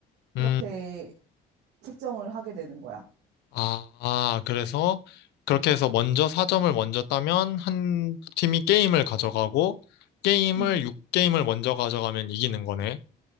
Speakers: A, on the left; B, on the right.
A: 음.
B: 이렇게 측정을 하게 되는 거야.
A: 아, 그래서 그렇게 해서 먼저 4점을 먼저 따면 한 팀이 게임을 가져가고 게임을
B: 음,
A: 6게임을 먼저 가져가면 이기는 거네.